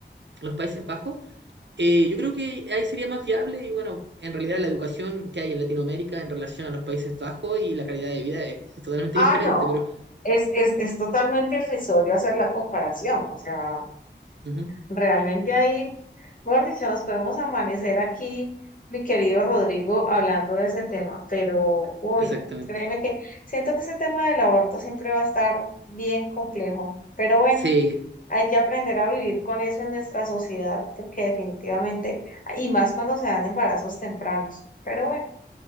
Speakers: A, on the right; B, on the left.
A: los Países Bajos, eh, yo creo que ahí sería más viable y bueno, en realidad la educación que hay en Latinoamérica en relación a los Países Bajos y la calidad de vida es, es totalmente
B: Ah,
A: <laughs> diferente,
B: no,
A: pero
B: es, es, es totalmente irrisorio hacer la comparación, o sea.
A: ujú,
B: Realmente ahí, mejor dicho, nos podemos amanecer aquí, mi querido Rodrigo, hablando de ese tema, pero, uy,
A: exactamente.
B: no, créeme que siento que ese tema del aborto siempre va a estar bien complejo, pero bueno,
A: Sí,
B: hay que aprender a vivir con eso en nuestra sociedad, porque definitivamente, y más cuando se dan embarazos tempranos, pero bueno,